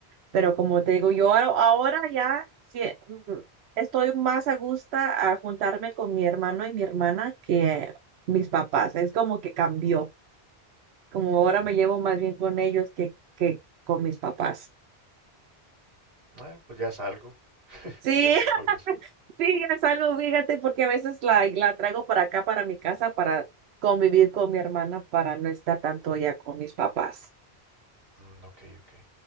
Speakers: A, on the right; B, on the right.
A: pero como te digo, yo ahora, ahora ya sí, mm, estoy más a gusto a juntarme con mi hermano y mi hermana que mis papás, es como que cambió como ahora
B: Mm,
A: me llevo más bien con ellos que, que con mis papás.
B: eh, pues ya es algo, <laughs>
A: Sí,
B: ya es
A: <laughs>
B: un progreso.
A: sí, es algo, fíjate, porque a veces la, la traigo para acá, para mi casa, para convivir con mi hermana, para no estar tanto ya con mis papás.
B: Mm, ok, ok.